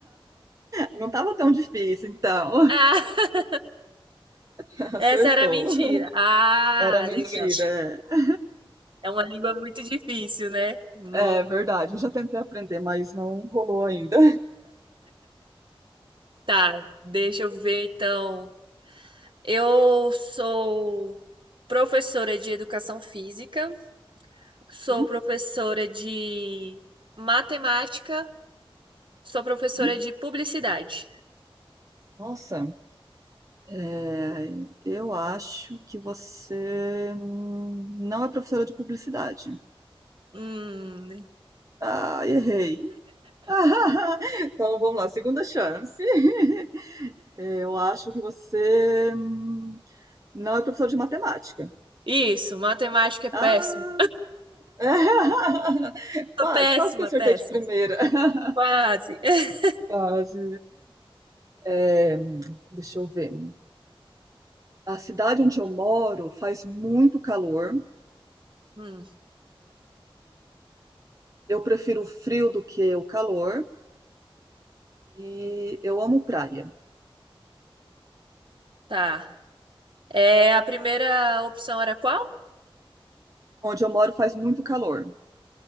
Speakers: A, on the right; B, on the right.
A: Não estava tão difícil, então.
B: Ah, <laughs>
A: <laughs> Acertou.
B: essa era mentira. Ah,
A: Era mentira,
B: legal.
A: é.
B: É uma língua muito difícil, né? Não.
A: É verdade. Eu já tentei aprender, mas não rolou ainda.
B: Tá, deixa eu ver então. Eu sou professora de educação física, sou
A: <laughs>
B: professora de matemática Sou professora
A: Uhum.
B: de publicidade.
A: Nossa, é, eu acho que você hum, não é professora de publicidade.
B: Hum,
A: Ah, errei. <laughs> Então vamos lá, segunda chance. <laughs> Eu acho que você hum, não é professora de matemática.
B: isso, matemática é péssimo.
A: Ah, <laughs>
B: Tô
A: quase,
B: Péssima,
A: quase que acertei
B: péssima.
A: de primeira. <laughs>
B: Quase. <laughs>
A: Quase. É, deixa eu ver. A cidade onde eu moro faz muito calor.
B: Hum,
A: Eu prefiro o frio do que o calor e eu amo praia.
B: tá. É, a primeira opção era qual?
A: Onde eu moro faz muito calor.